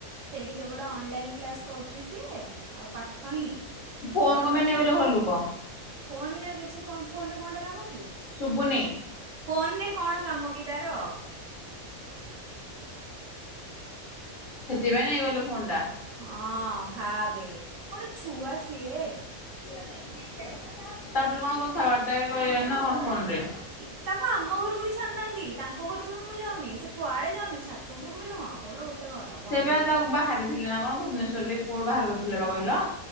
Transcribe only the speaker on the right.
ସେଇଠି କେବଳ ଅନଲାଇନ୍ କ୍ଲାସ୍ କରୁଛି ସିଏ। ଆଉ ପାଠ ହିଁ
କେବଳ
ପାଠ
ଫୋନରେ ଆଉ କିଛି କମ ଫୋନରେ କଣଟା କାମ କି?
ଫୋନରେ କଣ କାମ କି ତାର?
ହଁ ଭାବେ କଣ ଛୁଆ ସିଏ।
କି ତାକୁ ଆମ ଘରକୁ ବି ଛାଡୁନାହାନ୍ତି ତାଙ୍କ ଘରକୁ ବି ମୁଁ ଯାଉନି ସେ କୁଆଡେ ଯାଉନି ଛାତଉପରକୁ ବି ନୁହଁ କେବଳ ଗୋଟେ। ଘର ବନ୍ଦୀ